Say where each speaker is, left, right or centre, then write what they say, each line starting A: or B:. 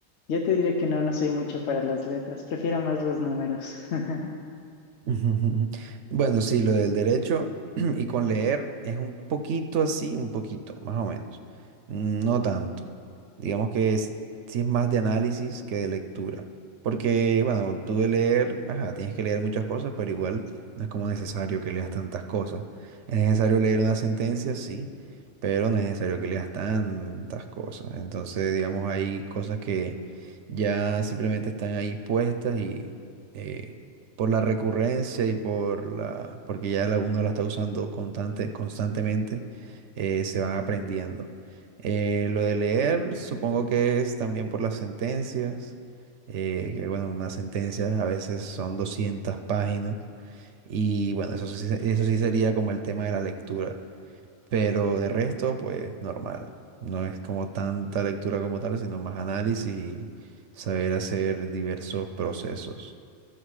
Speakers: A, on the left; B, on the right.
A: Yo te diré que no, no soy mucho para las letras, prefiero más los números. <laughs>
B: <laughs> Ujú, ujú. ujú. Bueno, sí, lo del derecho <clears throat> y con leer es un poquito así, un poquito, más o menos. Mm, No tanto. Digamos que sí, sí es más de análisis que de lectura. Porque, bueno, tú de leer, ajá, tienes que leer muchas cosas, pero igual no es como necesario que leas tantas cosas. Es necesario leer una sentencia, sí, pero no es necesario que leas tantas cosas. Entonces, digamos, hay cosas que ya simplemente están ahí puestas y... eh, por la recurrencia y por la, porque ya la, uno la está usando constante, constantemente, eh, se van aprendiendo. Eh, lo de leer, supongo que es también por las sentencias, eh, que bueno, una sentencia a veces son doscientas páginas y bueno, eso sí, se- eso sí sería como el tema de la lectura, pero de resto, pues normal. No es como tanta lectura como tal, sino más análisis y saber hacer diversos procesos.